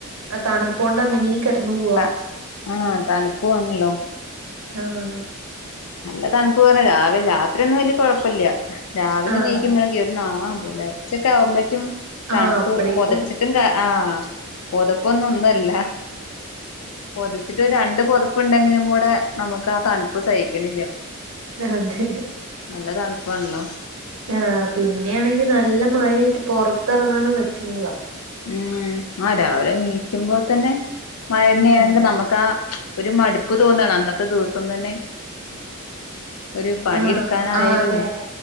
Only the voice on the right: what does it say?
ആ തണുപ്പൊണ്ട് അങ്ങനെ കെ ടന്നു പോവാ
ആഹ്
ആഹ്
ആഹ് അപ്പളേക്കും
അതെ
ആഹ് പിന്നെയാണെങ്കി നല്ല മഴയായിട്ട് പൊറത്തെറങ്ങാനും പറ്റ്ണ്ല്ല
ഉം
ആഹ്
ആഹ് അതെ